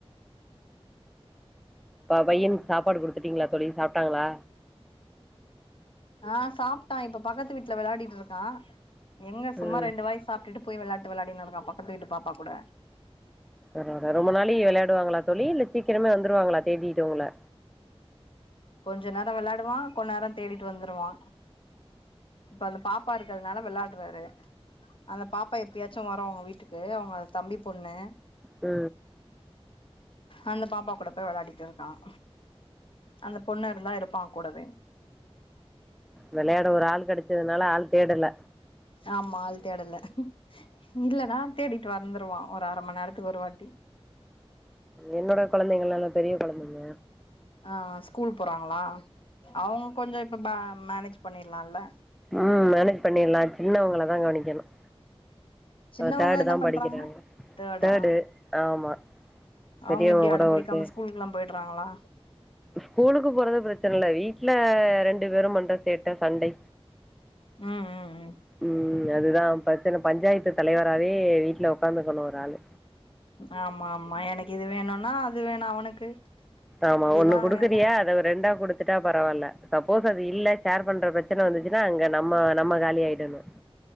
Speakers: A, in the centre; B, on the left.
A: ப பையனுக்கு சாப்பாடு குடுத்துட்டீங்களா தோழி சாப்டாங்களா
B: ஆ சாப்ட்டான் இப்ப பக்கத்து வீட்ல விளையாடிட்டு இருக்கா எங்க சும்மா
A: ம்
B: ரெண்டு வாய் சாப்டுட்டு போய் விளையாட்டு விளாடின் இருக்கான் பக்கத்து வீட்டு பாப்பா கூட
A: பரவால்ல ரொம்ப நாலி விளையாடுவாங்களா தோழி இல்ல சீக்கிரமே வந்துருவாங்களா தேடிட்டு உங்கள
B: கொஞ்சே நேரம் விளையாடுவான் கொஞ்ச நேரம் தேடிட்டு வந்துருவான் இப்ப அந்த பாப்பா இருக் னால விளாடுறாரு அந்த பாப்பா எப்பயாச்சும் வரும் வீட்டுக்கு அவங்க வீட்டுக்கு அவங்க தம்பி பொண்ணு
A: ம்
B: அந்த பாப்பா கூட போய் விளயாடிட்டு இருக்கான் அந்த பொண்ணுர்ந்தா இருப்பான் கூடவே
A: விளயாட ஒரு ஆள் கெடச்சதுனால ஆள் தேடல
B: ஆமா ஆள் தேடல இல்லன்னா தேடிட்டு வந்துருவான் ஒரு அரை மணி நேரத்துக்கு ஒரு வாட்டி
A: என்னோட குழந்தைங்கலா நல்ல பெரிய குழந்தைங்க
B: ஆ ஸ்கூல் போறாங்களா அவங்க கொஞ்சே இப்ப பே மேனேஜ் பண்ணிட்லாம் இல்ல
A: ம் மேனேஜ் பண்ணிட்லா சின்னவங்களதா கவனிக்கணும்
B: சின்னவங்க
A: தேர்டுதா
B: என்ன பண்றாங்க
A: படிக்கிறாங்க
B: தேர்டா
A: தேர்டு ஆமா பெரியவங்க
B: அவங்க எப்டி அட
A: கூட
B: பிடிக்காம
A: ஓகே
B: ஸ்கூலுக்ல்லாம் போயிட்றாங்களா
A: ஸ்கூலுக்கு போறத பிரச்சனை இல்ல வீட்ல ரெண்டு பேரூம் பண்ற சேட்ட சண்டை
B: ம் ம் ம்
A: ம். அதுதான் பிரச்சன பஞ்சாயத்து தலைவராவே வீட்ல ஒக்காந்துக்கணும் ஒரு ஆளு
B: ஆமா ஆமா எனக்கு இது வேணும்னா அது வேணும் அவனுக்கு
A: ஆமா
B: இதுதா
A: ஒண்ணு குடுக்குறியா
B: வேணுன்னா
A: அத ரெண்டா கொடுத்துட்டாப் பரவால்ல சப்போஸ் அது இல்ல ஷேர் பண்ற பிரச்சனை வந்துச்சுன்னா அங்க நம்ம நம்ம காலி ஆயிடணு